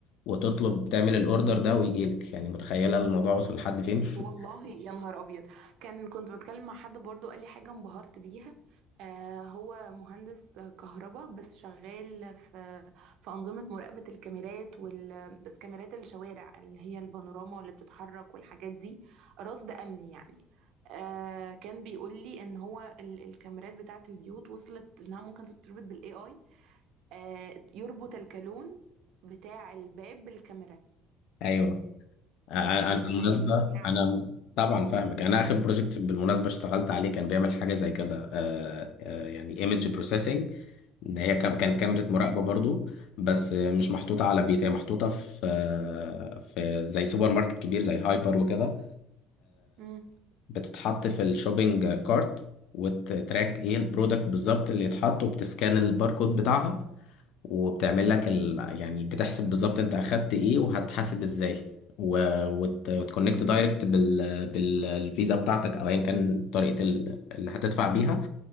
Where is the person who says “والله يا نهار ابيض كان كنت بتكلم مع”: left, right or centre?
Right